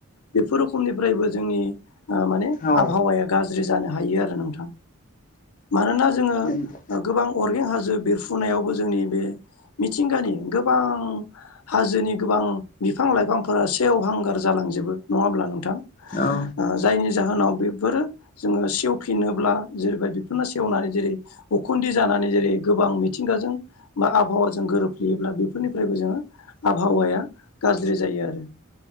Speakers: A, on the left (about 85°); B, on the left (about 35°).
A: बेफोर रोखोमनिफ्रायबो जोंनि ओ माने
B: औ
A: आबहावाया गाज्रि जानो हायो आरो नोंथां मानोना जोङो ओ
B: नंगौ
A: गोबां अरगें हाजो बेरफ्रुनायावबो जोंनि बे मिथिंगानि गोबां हाजोनि गोबां बिफां लाइफांफोरा सेवहांगार जालांजोबो नङा होमब्ला नोंथां?
B: औ
A: ओ जायनि जाहोनाव बेफोरो जोङो सेवफिनोब्ला जेरैबादि फेसेवनानै जेरै उखुन्दै जानानै जेरै गोबां मिथिंगाजों बा आबहावाजों गोरोबफ्लेयोब्ला बेफोरनिफ्रायबो जोङो आबहावाया गाज्रि जायो आरो,